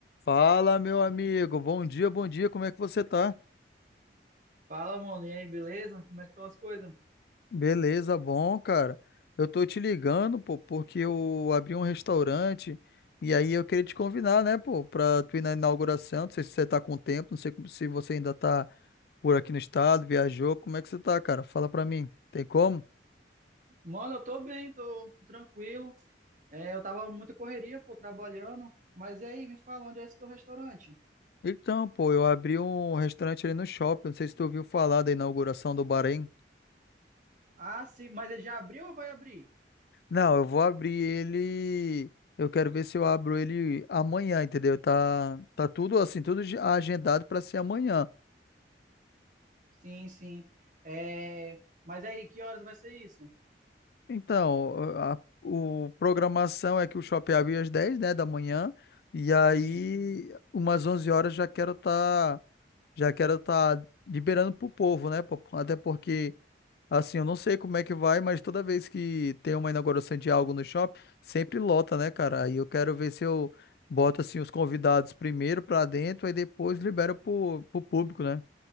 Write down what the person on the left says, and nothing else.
Fala, meu amigo. Bom dia, bom dia. Como é que você tá?
Beleza, bom, cara. Eu tô te ligando, pô, porque eu abri um restaurante e aí eu queria te convidar, né, pô, pra tu ir na inauguração. Não sei se você tá com tempo, não sei como- se você ainda tá por aqui no estado, viajou. Como é que você tá, cara? Fala pra mim. Tem como?
Então, pô, eu abri um restaurante ali no shopping. Não sei se tu ouviu falar da inauguração do Bahrein.
Não, eu vou abrir ele. Eu quero ver se eu abro ele amanhã, entendeu? Tá, tá tudo assim, tudo ge- agendado para ser amanhã.
Então, a, o programação é que o shopping abre às dez né, da manhã, e aí
umas 11 horas já quero estar já quero tá liberando pro povo, né? pô? Até porque Assim, eu não sei como é que vai, mas toda vez que tem uma inauguração de algo no shopping, sempre lota, né, cara? Aí eu quero ver se eu boto, assim, os convidados primeiro pra dentro, aí depois libero pro, pro público, né?